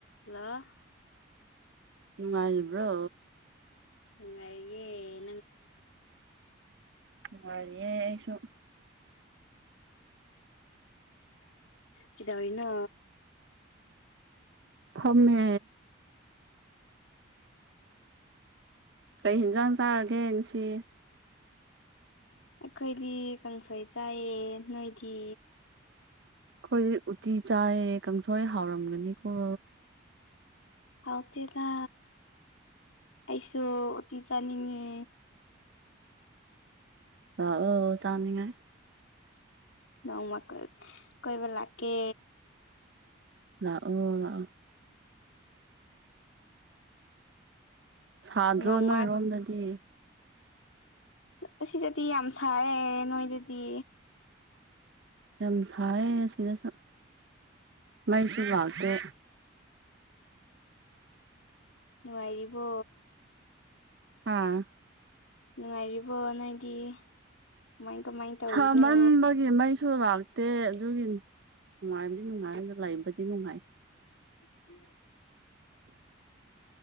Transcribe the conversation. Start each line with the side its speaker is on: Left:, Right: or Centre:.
Left: hello
Right: ꯅꯨꯉꯥꯏꯔꯤꯕ꯭ꯔꯣ
Left: ꯅꯨꯡꯉꯥꯏꯔꯤꯌ‌ꯦ
Right: ꯅꯨꯉꯥꯏꯔꯤꯌꯦ ꯑꯩꯁꯨ
Left: ꯀ‌ꯦꯗꯧꯔꯤꯅꯣ
Right: ꯐꯝꯃꯦ ꯀꯩ ꯍ‌ꯦꯟꯖꯥꯡ ꯆꯥꯔꯒꯦ ꯉꯁꯤ
Left: ꯑꯈꯣꯏꯗꯤ ꯀꯥꯡꯁꯣꯏ ꯆꯥꯏꯌꯦ ꯅꯣꯏꯗꯤ
Right: ꯈꯣꯏꯗꯤ ꯎꯇꯤ ꯆꯥꯏꯌ‌ꯦ ꯀꯥꯡꯁꯣꯏ ꯍꯥꯎꯔꯝ ꯒꯅꯤꯀꯣ
Left: ꯍꯥꯎ ꯇꯦꯗ ꯑꯩꯁꯨ ꯎꯇꯤ ꯆꯅꯤꯡꯉꯦ
Right: ꯂꯥꯑꯣ ꯆꯥꯅꯤꯡꯉꯥꯏ
Left: ꯅꯣꯡꯃꯥ ꯀ‌ꯣꯏ ꯀꯣꯏꯕ ꯂꯥꯛꯀꯦ
Right: ꯂꯥꯑꯣ ꯂꯥꯑꯣ ꯁꯥꯗ꯭ꯔꯣ
Left: ꯅꯣꯡꯃ
Right: ꯅꯣꯏꯔꯣꯝꯗꯗꯤ
Left: ꯑꯁꯤꯗꯗꯤ ꯌꯥꯝ ꯁꯥꯏꯌꯦ ꯅꯣꯏꯗꯗꯤ
Right: ꯌꯥꯝ ꯁꯥꯏꯌꯦ ꯁꯤꯗꯁꯨ ꯃꯩꯁꯨ ꯂꯥꯛꯇꯦ
Left: ꯅꯨꯉꯥꯏꯔꯤꯕꯣ
Right: ꯑꯥ
Left: ꯅꯨꯉꯥꯏꯔꯤꯕꯣ ꯅꯣꯏꯗꯤ ꯀꯃꯥꯏ ꯀꯃꯥꯏ ꯇꯧꯔꯤꯅꯣ
Right: ꯁꯥꯃꯟꯕ ꯒꯤ ꯃꯩꯁꯨ ꯂꯥꯛꯇꯦ ꯑꯗꯨꯒꯤ ꯅꯨꯡꯉꯥꯏꯕꯗꯤ ꯅꯨꯡꯉꯥꯏ ꯑꯗꯨ ꯂꯩꯕꯗꯤ ꯅꯨꯡꯉꯥꯏ
Left: <unintelligible>